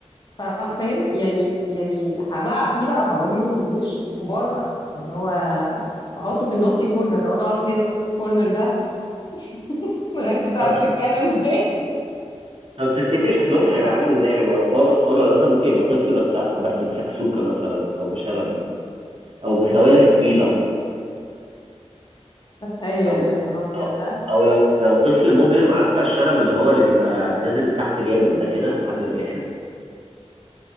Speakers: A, on the left; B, on the right.
A: فا- فاهم يعني يعني هزعق فيه بقى وهوري له الوش الكبار بقى اللي هو واحطه في النوتي كورنر اقول له اقعد هنا في الكورنر ده <laughs> لغايه ما تعرف
B: طب
A: تتكلم ازاي
B: طب تفتكري شكلهم هيبقى عامل ازاي؟ هيبقى اطفال اطفال ولا مثلا ممكن يبقى طفل بس بس بسكسوكه مثلا او بشنب او بسوالف طويله
A: تخيل
B: او
A: يا نهار ابيض
B: او
A: لا
B: او لو لو طفل مجرم عارفه الشنب اللي هو اللي بيبقى نازل لتحت جامد ده كده لحد الاخر